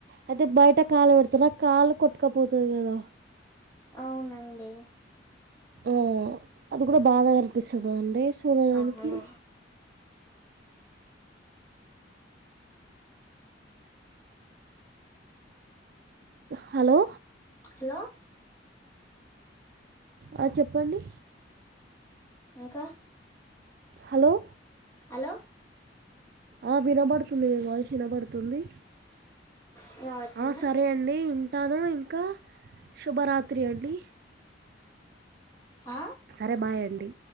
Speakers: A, on the right; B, on the left.
A: అయితే బయట కాళ్లు పెడ్తరు కాళ్లు కొట్టుకపోతది కదా
B: అవునండీ
A: ఊ అది కూడ బాధగా అనిపిస్సదండీ చూడడానికి
B: అవును
A: హలో
B: హలో
A: ఆ చెప్పండీ
B: ఇంకా
A: హలో
B: హలో
A: ఆ వినబడుతుంది మీ వాయిస్ వినబడుతుంది
B: వినపడుతుందా
A: ఆ సరే అండి ఇంక్ టనూ ఇంకా శుభరాత్రి అండీ
B: ఆ
A: సరే బాయ్ అండీ